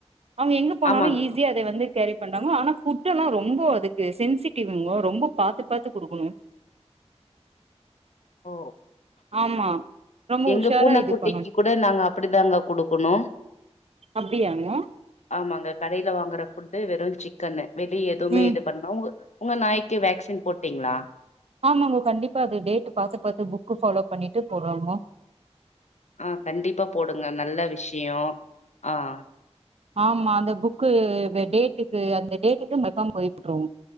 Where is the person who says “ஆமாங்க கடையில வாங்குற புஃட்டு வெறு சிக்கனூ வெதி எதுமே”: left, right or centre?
Left